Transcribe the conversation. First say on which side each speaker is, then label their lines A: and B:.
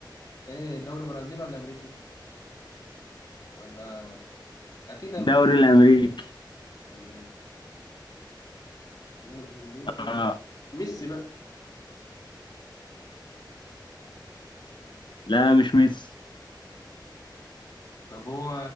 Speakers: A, on the left (about 50°); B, on the left (about 75°).
A: ايه دوري برازيلي ولا امريكي ولا اكيد امريكي
B: الدوري الامريكي
A: امريكي دوري امريكي
B: آه.
A: ميسي بقى
B: لا مش ميسي
A: طب هو